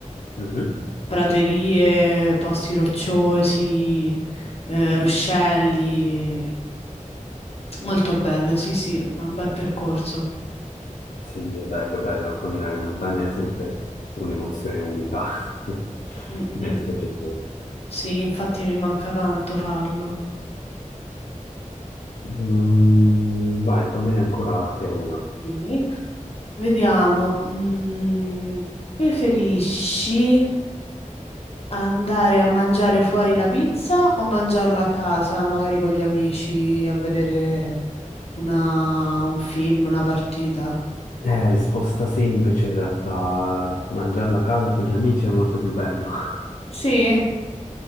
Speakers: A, on the left (about 75°); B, on the left (about 50°).
A: Mhm.
B: praterie, posti rocciosi, eh, ruscelli. Molto bello, sì, sì, è un bel percorso.
A: Sì, è bello, bello, camminare in montagna è sempre un'emozione unica <laughs>
B: Mm,
A: nel
B: mm.
A: suo genere.
B: Sì, infatti mi manca tanto farlo.
A: Mm, vai, fammene ancora te una.
B: Sì. Vediamo, mm, preferisci andare a mangiare fuori la pizza o mangiarla a casa, magari con gli amici, a vedere una- un film, una partita?
A: Eh, risposta semplice in realtà, mangiarla a casa con gli amici è molto più bello. <laughs>
B: Sì,